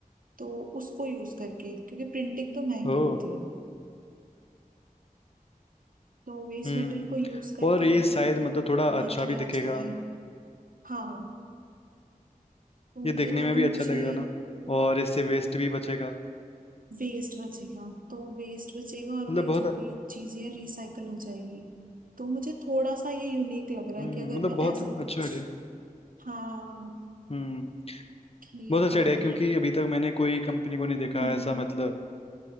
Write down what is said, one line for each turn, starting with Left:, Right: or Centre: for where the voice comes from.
Right: तो उसको यूज करके क्योंकि प्रिंटिंग तो महंगी
Left: ओ
Right: होती है तो वेस्ट
Left: हम्म
Right: मटेरियल को यूज करके
Left: और ये
Right: अगर
Left: शायद मतलब थोड़ा
Right: ये
Left: अच्छा
Right: किया
Left: भी दिखेगा
Right: जाए हाँ तो ये
Left: ये देखने
Right: वाला
Left: में भी
Right: मुझे
Left: अच्छा लगेगा ना और इससे वेस्ट भी बचेगा
Right: वेस्ट बचेगा तो वेस्ट बचेगा और
Left: मतलब
Right: वही
Left: बहुत
Right: जो भी चीजें रिसाइकल हो जाएगी तो मुझे थोड़ा सा ये यूनिक लग रहा
Left: हम्म
Right: है कि अगर
Left: मतलब
Right: मैं
Left: बहुत
Right: ऐसा
Left: अच्छा
Right: कुछ
Left: आइडिया
Right: हाँ
Left: हम्म
Right: कि
Left: बहुत अच्छा
Right: अगर
Left: आइडिया क्योंकि अभी तक मैंने कोई कंपनी को नहीं देखा
Right: हम्म
Left: ऐसा मतलब